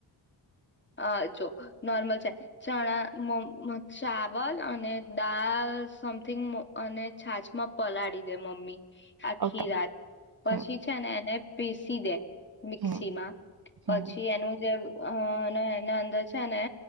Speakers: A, on the left (about 25°); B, on the right (about 55°).
A: હ જો નોર્મલ છે ચણા ચાવલ અને દાળ સમથિંગ અને છાછમાં પલાળી દે મમ્મી આખી
B: ઓકે
A: રાત પછી
B: હમ
A: છે ને એને પિશી દે મિક્સી
B: હમ
A: માં
B: હમ
A: પછી એનું જે અ એના અંદર છે ને,